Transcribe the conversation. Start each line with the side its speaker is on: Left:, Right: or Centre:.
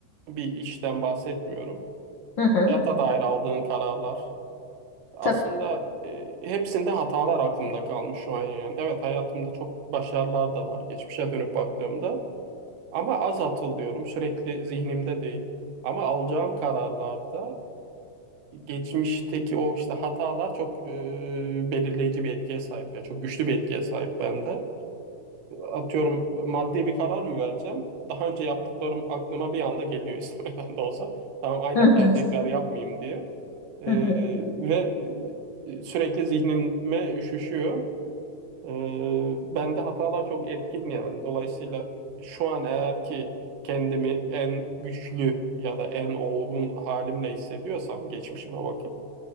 Right: bir işten bahsetmiyorum.
Left: hı hı,
Right: Hayata dair aldığın kararlar. Aslında
Left: tabii.
Right: e, hepsinde hatalar aklımda kalmış şu an yani. Evet hayatımda çok başarılar da var geçmişe dönüp baktığımda. Ama az hatırlıyorum. Sürekli zihnimde değil. Ama alacağım kararlarda geçmişteki o işte hatalar çok e, belirleyici bir etkiye sahip ya. Çok güçlü bir etkiye sahip bende atıyorum maddi bir karar mı vereceğim? Daha önce yaptıklarım aklıma bir anda geliyor <laughs> istemeden de olsa. Tamam aynı
Left: Hı
Right: hatayı
Left: hı,
Right: tekrar yapmayayım diye. Ee,
Left: hı hı.
Right: ve e, sürekli zihnime üşüşüyor. Ee, bende hatalar çok etkin yani. Dolayısıyla şu an eğer ki kendimi en güçlü ya da en olgun halimle hissediyorsam geçmişime bakıp